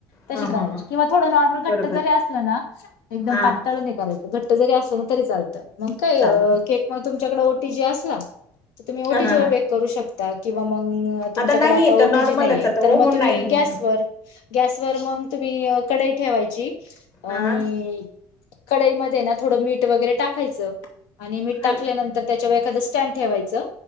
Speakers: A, on the left; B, on the left.
A: तशी
B: हा
A: करायची
B: हा हा
A: किंवा थोडं नॉर्मल
B: बरोबर
A: घट्ट जरी असलं ना एकदम
B: हा
A: पातळने करायचं घट जरी अस ना तरी चालतं मग काय
B: चालत
A: केक मग तुमच्याकडे ओटी जी असला तुम्ही ओटीजी
B: हा हा
A: वर
B: हा
A: बेक करू शकता ता किंवा मग तुमच्याकडे
B: नाही
A: आता
B: येत
A: ओटीजी
B: नॉर्मलच
A: नाहीये
B: आता
A: तर
B: ओहून
A: मग तुम्ही
B: नाही घ्या
A: गॅसवर गॅसवर मग तुम्ही कडाई ठेवायची आणि
B: हा
A: कढाईमध्ये ना थोडं मीठ वगैरे टाकायचं. आणि मीठ
B: खाली
A: टाकल्यानंतर त्याच्या. व एखादं स्टँड ठेवायचं.